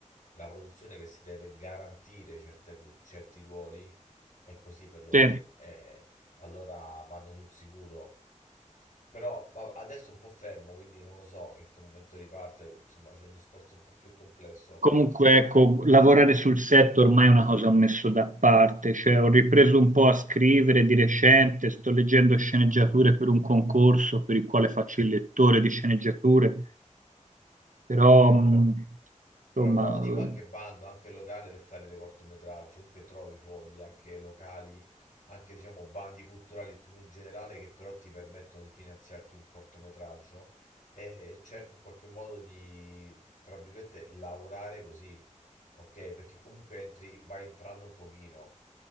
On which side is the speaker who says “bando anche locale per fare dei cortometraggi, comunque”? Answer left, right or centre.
Left